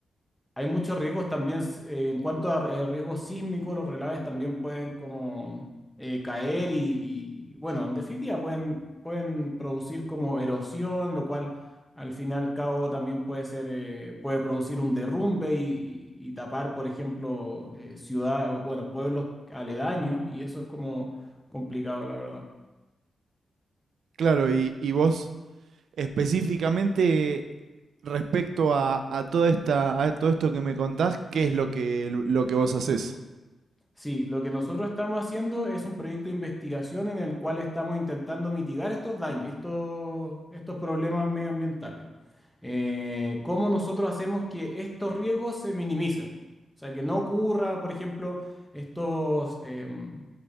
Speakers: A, in the centre; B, on the right.
A: Hay muchos riesgos también s- eh, en cuanto a eh, riesgos sísmicos, los relaves también pueden como eh, caer y, y, y, bueno, en definitiva pueden, pueden producir como erosión, lo cual al final al cabo también puede ser, eh, puede producir un derrumbe y, y- y tapar, por ejemplo, ciudades o bueno, pueblos aledaños y eso es como complicado, la verdad.
B: Claro, y, y vos específicamente respecto a, a toda esta, a todo esto que me contás, ¿qué es lo que, lo que vos hacés
A: Sí, lo que nosotros estamos haciendo es un proyecto de investigación en el cual estamos intentando mitigar estos daños, estos, estos problemas medioambientales. Eh, ¿cómo nosotros hacemos que estos riesgos se minimicen? O sea, que no ocurra, por ejemplo, estos, em,